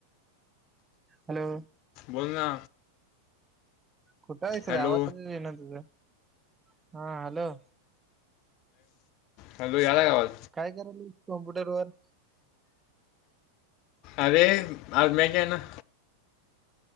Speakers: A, on the right; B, on the left.
A: हॅलो,
B: बोल ना.
A: कुठे आहेस रे
B: हॅलो
A: आवाज ये ना तुझं हा हॅलो.
B: हॅलो याला कावाल.
A: काय करायल कॉम्प्युटर वर.
B: अरे आज म का ना.